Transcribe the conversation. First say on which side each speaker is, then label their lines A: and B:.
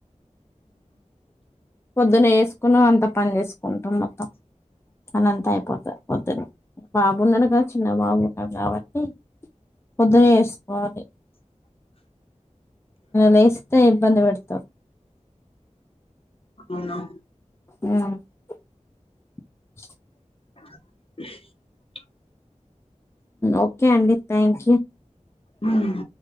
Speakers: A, on the left; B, on the left.
A: పొద్దున్న వేసుకుని అంత పని చేసుకు కుంటాం మొత్తం అనంత అయిపోత పద్ బాబున్నాడు కద చి బాబూగా కాబట్టి పొద్దున చేస్త లేస్తే ఇబ్బంది పెడతారు
B: అవునా
A: ఉమ్. <inaudible>
B: <inaudible>
A: ఓకే అండి థ్యాంక్ యూ
B: హ్మ్.